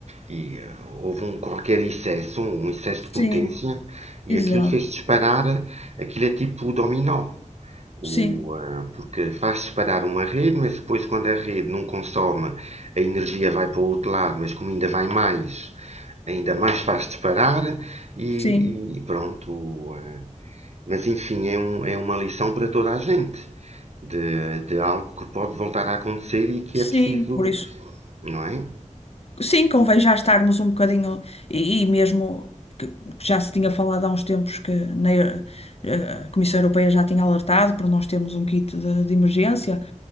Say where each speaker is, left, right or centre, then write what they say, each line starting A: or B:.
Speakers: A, on the right; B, on the left.
A: E eh, houve um qualquer excesso, um excesso de potência,
B: Sim,
A: e
B: exato.
A: aquilo fez disparar, aquilo é tipo o dominó. O,
B: Sim,
A: ah, porque faz disparar uma rede, mas depois quando a rede não consome, a energia vai para o outro lado, mas como ainda vai mais, ainda mais faz disparar e,
B: sim,
A: e pronto. o, ah, mas enfim, é, um- é uma lição para toda a gente de, de algo que pode voltar a acontecer e que
B: sim.
A: é preciso,
B: Por isso.
A: não é?
B: Sim, convém já estarmos um bocadinho, e, e mesmo que já se tinha falado há uns tempos que na Eu- a Comissão Europeia já tinha alertado para nós termos um kit de, de emergência,